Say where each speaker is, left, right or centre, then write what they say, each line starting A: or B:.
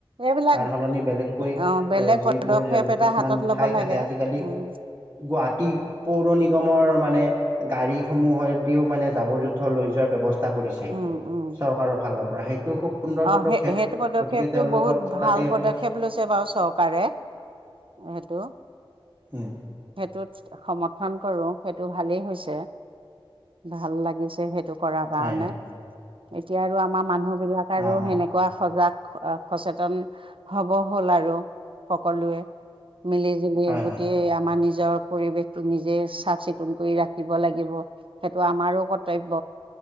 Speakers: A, on the right; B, on the right.
A: এইবিলাক
B: তাৰ সলনি বেলেগকৈ
A: অ বেলেগ পদক্ষেপ
B: যিবোৰ
A: এটা
B: কিছুমান
A: হাতত ল'ব
B: ঠাই
A: লাগে
B: থাকে আজিকালি
A: উম
B: গুৱাহাটী পৌৰ নিগমৰ মানে গাড়ী সমূহেদিও মানে জাবৰ জোঁথৰ লৈ যোৱাৰ ব্যৱস্থা কৰিছে
A: উম উম
B: চৰকাৰৰ ফালৰ পৰা সেইটো খুব সুন্দৰ
A: অ
B: পদক্ষেপ
A: সেই সেইটো পদক্ষেপটো
B: গতিকে তেওঁলোকৰ
A: বহুত ভাল
B: তাতে আমি
A: পদক্ষেপ লৈছে বাৰু চৰকাৰে সেইটো
B: উম
A: সেইটোত সমৰ্থন কৰো সেইটো ভালেই হৈছে ভাল লাগিছে সেইটো কৰাৰ কাৰণে
B: হয় হয়
A: এতিয়া আৰু আমাৰ মানুহ বি আৰু
B: অ
A: সেনেকোৱা
B: অ
A: সজাগ সচেতন হব হল আৰু সকলোৱে মিলি জুলি
B: হয়
A: গোটেই
B: হয়
A: আমাৰ নিচ নিজৰ পৰিৱেশটো নিজে চাফ চিকুণ কৰি ৰাখিব লাগিব সেইটো আমাৰো কৰ্তব্য